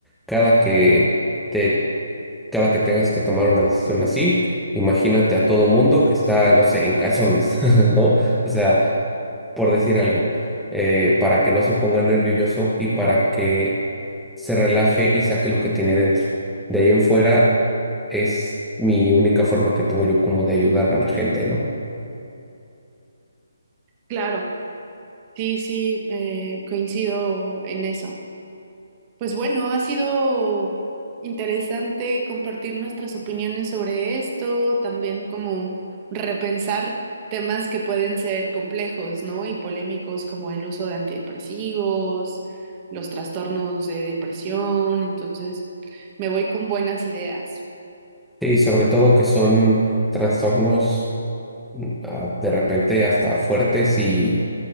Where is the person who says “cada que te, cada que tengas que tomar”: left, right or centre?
Centre